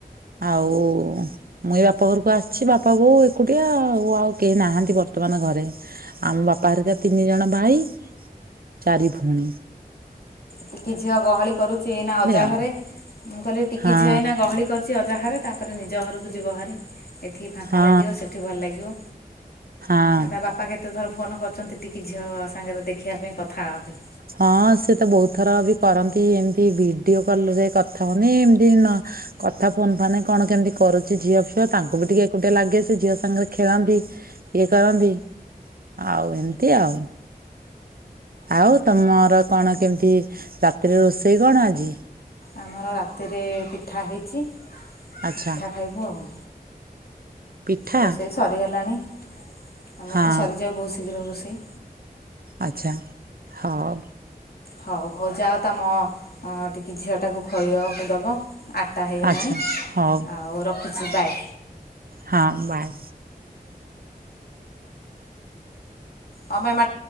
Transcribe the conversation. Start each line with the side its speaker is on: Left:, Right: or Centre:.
Right: ଆଉ ମୁଁ ଏ ବାପା ଘରକୁ ଆସିଛି ବାପା ବୋଉ ଏକୁଟିଆ ଆଉ ଆଉ କେହି ନାହାନ୍ତି ବର୍ତ୍ତମାନ ଘରେ। ଆମ ବାପା ହେରିକା ତିନି ଜଣ ଭାଇ ଚାରି ଭୋଉଣୀ।
Left: ଟିକି ଝିଅ ଗହଳି କରୁଚି ଏଇନା ଅଜା
Right: ଆଉ
Left: ଘରେ ମୁଁ କହିଲି ଟିକି
Right: ହଁ
Left: ଝିଅ ଏଇନା ଗହଳି କରୁଚି ଅଜାହରେ ତାପରେ ନିଜ ହରୁକୁ ଯିବ ହାରି ଏଠି ଫାଙ୍କା
Right: ହଁ
Left: ଲାଗିବ ସେଠି ଭଲ ଲାଗିବ।
Right: ହଁ।
Left: ଆ ତା ବାପା କେତେ ଥର ଫୋନ୍ କରିୁଚନ୍ତି ଟିକେ ଝିଅ ସାଙ୍ଗରେ ଦେଖିବା ପାଇଁ କଥା ହବା ପାଇଁ?
Right: ହଁ ସେ ତ ବୋହୁତ ଥର ବି କରନ୍ତି ଏମିତି ଭିଡ଼ିଓ କଲ୍ ରେ କଥା ହୁଅନ୍ତି ଏମତି ନ କଥା ଫୋନ୍ ଫାନେ କଣ କେମିତି କରୁଚି ଝିଅ ଫିଅ ତାଙ୍କୁ ବି ଟିକେ ଏକୁଟିଆ ଲାଗେ ସେ ଝିଅ ସାଙ୍ଗରେ ଖେଳନ୍ତି। ଇଏ କରନ୍ତି ଆଉ ଏମିତି ଆଉ। ଆଉ ତମର କଣ କେମତି ରାତିରେ ରୋଷେଇ କଣ ଆଜି?
Left: ଆମର ରାତିରେ ପିଠା ହେଇଚି ପିଠା
Right: ଆଚ୍ଛା
Left: ଖାଇବୁ ଆଉ।
Right: ପିଠା
Left: ରୋଷେଇ ସରିଗଲାଣି ଆମର
Right: ହଁ
Left: ତ ସରିଯାଏ ବୋହୁ ଶୀଘ୍ର ରୋଷେଇ।
Right: ଆଚ୍ଛା ହଉ।
Left: ହଉ ହୋଉ ଯାଅ ତମ ଅ ଟିକି ଝିଅଟାକୁ ଖୋଇବାକୁ ଦବ। ଆଟା ହେଇଗଲାଣି
Right: ଆଚ୍ଛା ହଉ
Left: ଆଉ ରଖୁଚି ବାଏ।
Right: ହଁ ବାଏ।
Left: କମାଇଁ ମା